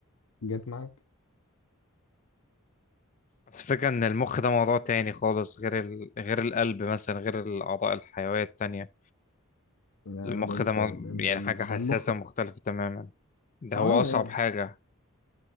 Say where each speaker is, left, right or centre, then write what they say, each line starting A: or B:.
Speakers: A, on the left; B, on the left.
A: جت معاك
B: بس الفكرة ان المخ ده موضوع تاني خالص غير ال... غير القلب مثلا غير الاعضاء الحيوية التانية
A: يا
B: المخ
A: ده انت
B: ده مو-
A: ده انت
B: يعني حاجة
A: ده
B: حساسة
A: المخ
B: ومختلفة تماما ده
A: فاه
B: هو أصعب
A: يعني
B: حاجة